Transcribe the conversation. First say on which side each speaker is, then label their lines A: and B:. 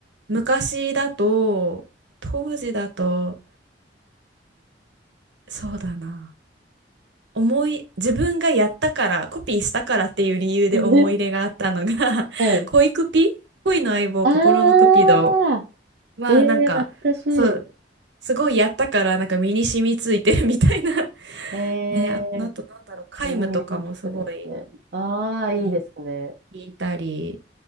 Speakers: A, on the right; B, on the right.
A: 昔だと、当時だと、そうだな。思い、自分がやったから、コピーしたからっていう理由で思い入れがあったのが
B: <laughs>
A: <laughs>
B: はい。
A: 恋クピ恋の相棒、
B: ああ、
A: 心のクピドは、
B: えー、
A: なんか、
B: 懐かしい。
A: そう、すごいやったから、なんか身に染みついてるみたいな <laughs>
B: え
A: ね、あ、あとなんだろう、皆無とかもすごい
B: 思い入れの曲ですね。ああ、いいですね。
A: いい聞いたり